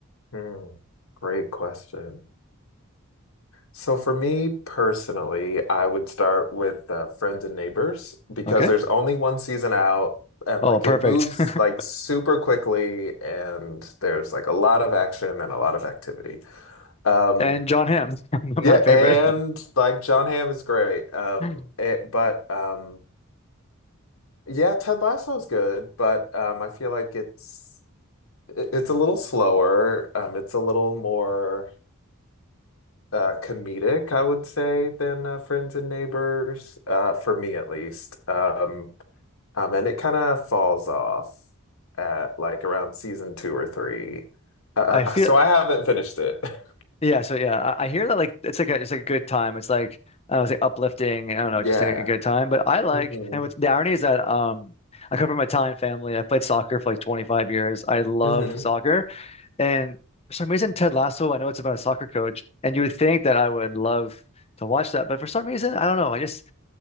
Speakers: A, on the left; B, on the left.
A: Mm. Great question. So for me personally, I would start with uh, Friends and Neighbors because
B: Okay.
A: there's only one season out and
B: Oh,
A: like
B: perfect.
A: it moves
B: <laughs>
A: like super quickly and there's like a lot of action and a lot of activity. Um
B: And John Hamm, <laughs> my
A: yeah,
B: favorite.
A: and like John Hamm is great. Um
B: <laughs>
A: it, but um Yeah, Ted Lasso's good, but um, I feel like it's it- it's a little slower. Um, it's a little more uh, comedic, I would say, than uh, Friends and Neighbors, uh, for me at least. Um, um, and it kind of falls off at like around season two or three. Uh,
B: I feel
A: uh, so I haven't finished it. <laughs>
B: yeah, so yeah, I, I hear that like it's like a it's like a good time. It's like I don't know, it's like uplifting, I don't know,
A: Yeah.
B: just like a good time. But I like
A: hmm
B: and with the irony is that um I come from an Italian family. I played soccer for like 25 years. I love
A: hmm
B: soccer. And for some reason, Ted Lasso, I know it's about a soccer coach, and you would think that I would love to watch that, but for some reason, I don't know. I just